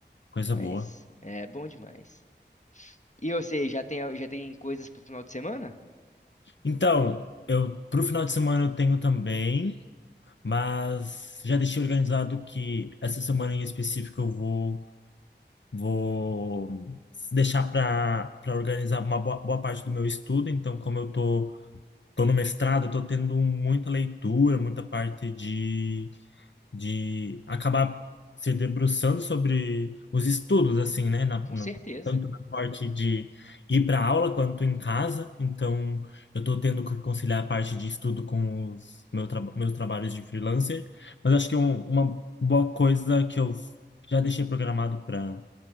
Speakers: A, on the left; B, on the left.
A: coisa
B: Mas
A: boa.
B: é bom demais. E você, já tem, já tem coisas pro final de semana?
A: Então, eu pro final de semana eu tenho também. Mas já deixei organizado que essa semana em específico eu vou, vou deixar para para organizar uma boa, boa parte do meu estudo. Então, como eu tô, tô no mestrado, eu tô tendo muita leitura, muita parte de de acabar se debruçando sobre os estudos, assim, né? na-
B: Com
A: na-
B: certeza.
A: tanto na parte de ir para aula quanto em casa. Então, eu estou tendo que conciliar a parte de estudo com os meu traba- meus trabalhos de freelancer. Mas acho que um- uma boa coisa que eu já deixei programado para